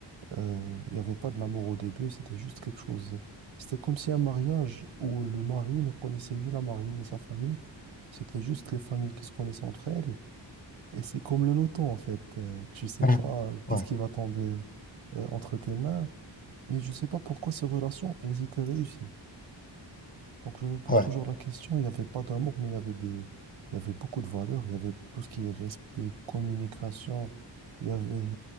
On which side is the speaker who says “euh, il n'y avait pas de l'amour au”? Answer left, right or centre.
Right